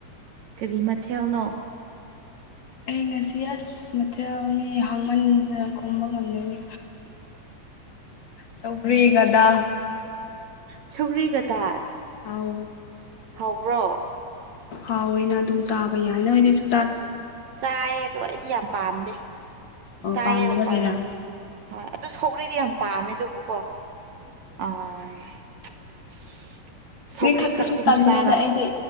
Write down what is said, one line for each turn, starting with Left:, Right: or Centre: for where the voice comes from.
Right: ꯀꯔꯤ ꯃꯊꯦꯜꯅꯣ
Left: ꯑꯩ ꯉꯁꯤ ꯑꯁ ꯃꯊꯦꯜ ꯃꯤ ꯍꯥꯡꯃꯟ ꯈꯣꯕ ꯉꯝꯗꯣꯏꯅꯤ ꯁꯧꯒꯔꯤꯒꯗꯥ
Right: ꯁꯧꯔꯤꯒꯗ
Left: ꯑꯥꯎ
Right: ꯍꯕ꯭ꯔꯣ
Left: ꯍꯥꯎꯋꯦꯅ ꯑꯗꯨꯝ ꯆꯥꯕ ꯌꯥꯏ ꯅꯣꯏꯗꯤꯩꯁꯨ
Right: ꯆꯥꯏ ꯑꯗꯨꯣ ꯑꯩꯗꯤ ꯌꯥꯝ ꯄꯥꯝꯗꯦ
Left: ꯑꯣ
Right: ꯆꯥꯏ
Left: ꯄꯥꯝꯗꯕꯒꯤꯔꯥ
Right: ꯄꯥꯝꯗꯦ ꯍꯣꯏ ꯑꯗꯨ ꯁꯧꯒ꯭ꯔꯤꯗꯤ ꯌꯥꯝ ꯄꯥꯝꯃꯦ ꯑꯗꯨꯕꯨꯀꯣ ꯑ <unintelligible> ꯁꯧꯒ꯭ꯔꯤ
Left: ꯈꯛꯇꯁꯨ
Right: ꯈꯛ ꯑꯗꯨꯝ
Left: ꯇꯜꯂꯦꯗ
Right: ꯆꯥꯕ
Left: ꯑꯩꯗꯤ